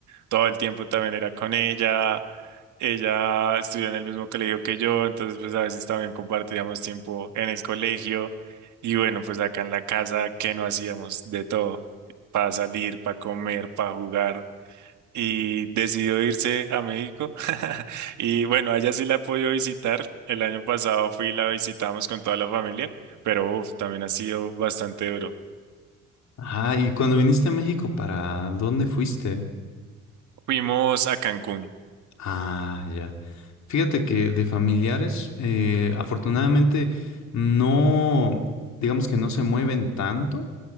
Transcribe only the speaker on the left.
Ah, y cuando viniste a México, ¿para dónde fuiste?
Ah, ya. Fíjate que de familiares, eh, afortunadamente, no, digamos que no se mueven tanto.